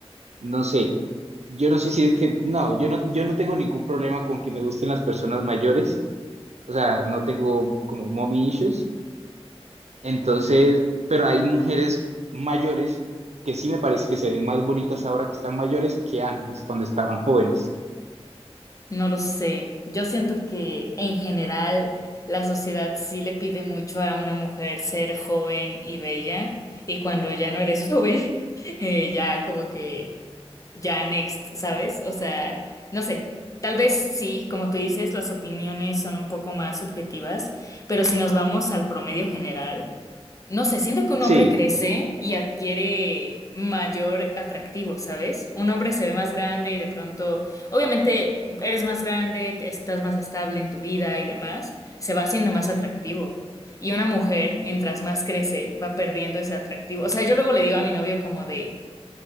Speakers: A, on the right; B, on the left.
A: no sé, yo no sé si es que, no, yo no, yo no tengo ningún problema con que me gusten las personas mayores. O sea, no tengo como mommy issues Entonces, pero hay mujeres mayores que sí me parece que se ven más bonitas ahora que están mayores que antes, cuando estaban jóvenes.
B: No lo sé. Yo siento que en general la sociedad sí le pide mucho a una mujer ser joven y bella y cuando ya no eres <laughs> joven, eh, ya como que ya next, ¿sabes? O sea, no sé. Tal vez sí, como tú dices, las opiniones son un poco más subjetivas, pero si nos vamos al promedio general, no sé, siento que un
A: Sí,
B: hombre crece y adquiere mayor atractivo, ¿sabes? Un hombre se ve más grande y de pronto Obviamente eres más grande, te- estás más estable en tu vida y demás, se va haciendo más atractivo. Y una mujer, mientras más crece, va perdiendo ese atractivo. O sea, yo luego le digo a mi novio como de,